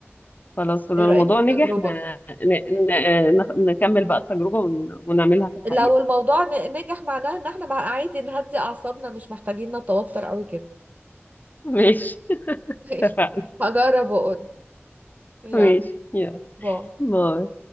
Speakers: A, on the left; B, on the right.
A: خلاص لو
B: ايه رأيك
A: الموضوع
B: في التجربة
A: نجح احنا ن... ن... نخ- نكمل بقى التجربة ون... ونعملها في الحقيقة
B: لو الموضوع ن- نجح معناه ان احنا مع عادي نهدي اعصابنا مش محتاجين نتوتر قوي كده
A: ماشي <laughs>
B: <laughs>
A: اتفقنا
B: هجرب واقول يا
A: ماشي يلا
B: باي
A: باي